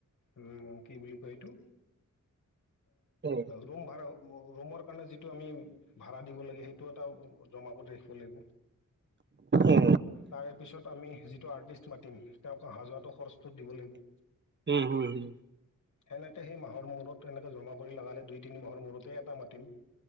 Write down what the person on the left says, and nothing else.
উম কি বুলি কয় এইটো।
ৰোম ভাড়াও। ৰুমৰ কাৰণে যিটো আমি ভাড়া দিব লাগে সেইটো এটা জমা কৰি ৰাখিব লাগিব।
তাৰে পিছত আমি যিটো আৰ্টিষ্ট মাতিম তেওঁক অহা যোৱাটো খৰচটো দিব লাগিব।
সেনেকে সেই মাহৰ মূৰত এনেকে জমা কৰি লগালে দুই তিনি মাহৰ মূতে এটা মাতিম।